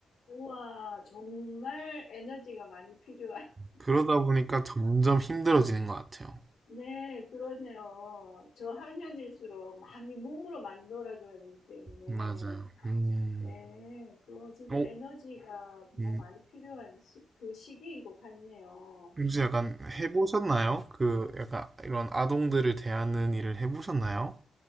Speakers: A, on the left; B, on the right.
A: 우와, 정말 에너지가 많이 필요한. <laughs>
B: 그러다 보니까 점점 힘들어지는 것 같아요.
A: 네, 그러네요. 저학년일수록 많이 몸으로 많이 놀아줘야 되기 때문에.
B: 맞아요. 음.
A: 네, 그거 진짜
B: 어?
A: 에너지가 정말
B: 음.
A: 많이 필요한 시, 그 시기인 것 같네요.
B: 혹시 약간 해보셨나요? 그 약간 이런 아동들을 대하는 일을 해보셨나요?